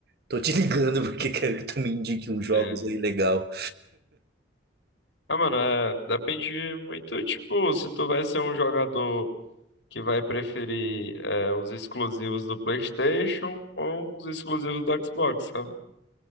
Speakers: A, on the right; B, on the left.
A: tô te ligando <laughs> porque quero que tu me indique uns jogos
B: É.
A: aí legal.
B: Ah, mano, é, depende muito, tipo, se tu vai ser um jogador que vai preferir é, os exclusivos do PlayStation ou os exclusivos do Xbox, sabe?